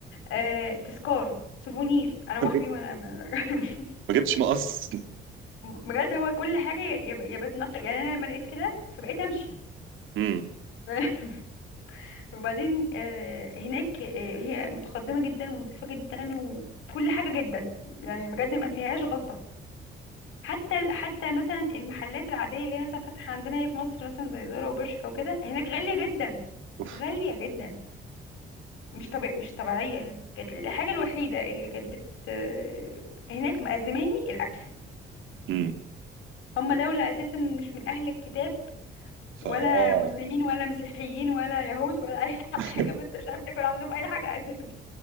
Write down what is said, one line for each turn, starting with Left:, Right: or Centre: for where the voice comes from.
Left: آه تذكار سوفونير اروح
Right: ما جبت-
Left: بيه وانا أنا راجعة. <laughs>
Right: ما جبتش مقص
Left: بجد هو كل حاجه يا يا يا بتنقي يعني انا لما لقيت كده فبقيت امشي
Right: امم
Left: <laughs> وبعدين آه، هناك آه، هي متقدمة جدا ونظيفة جدا وكل حاجة جدا يعني بجد ما فيهاش غلطة حتى حتى مثلا المحلات العادية اللي هي مثلا فاتحة عندنا هي في مصر مثلا زي زارا وبرشكا وكده هناك غالية جدا
Right: اوف
Left: غالية جدا مش طبيع مش طبيعية يعني كانت الحاجة الوحيدة اللي كانت بت آه، هناك مأزماني الأكل
Right: امم
Left: هم دولة أساسا مش من أهل الكتاب
Right: فاه
Left: ولا مسلمين ولا مسيحيين ولا يهود ولا أي <laughs>
Right: <laughs>
Left: حاجة فأنت مش عارف تاكل عندهم أي حاجة أساسا